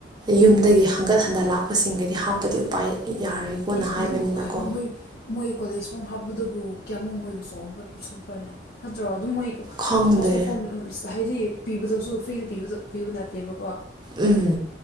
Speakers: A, on the left (about 55°); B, on the right (about 25°).
A: ꯎꯝ
B: ꯌꯨꯝꯗꯒꯤ ꯍꯪꯒꯠ ꯍꯟꯗ ꯂꯥꯛꯄꯁꯤꯡꯒꯤꯗꯤ ꯍꯥꯞꯄꯗꯤ ꯎꯄꯥꯏ ꯌꯥꯔꯔꯣꯏꯀꯣꯅ
A: ꯏꯁ
B: ꯍꯥꯏꯕꯅꯤꯅꯀꯣ
A: ꯑꯗꯨꯝꯣꯏ ꯃꯣꯏ ꯀꯣꯂꯦꯖ ꯃꯨꯛ ꯍꯥꯞ ꯗꯗꯨꯕꯨ ꯀꯌꯥꯃꯨꯛ ꯃꯣꯏꯕꯨ ꯁꯣꯛꯄ꯭ꯔꯅꯦ ꯅꯠꯇ꯭ꯔꯣ ꯑꯗꯨꯝ ꯃꯣꯏ
B: ꯈꯪꯗꯦ
A: ꯍꯣꯁꯇꯦꯜ ꯐꯣꯝ ꯍꯥꯏꯗꯤ ꯄꯤꯕꯗꯁꯨ ꯐ꯭ꯔꯤꯗ ꯄꯕ ꯄꯤꯕ ꯅꯠꯇꯦꯕꯀꯣ
B: ꯎꯝ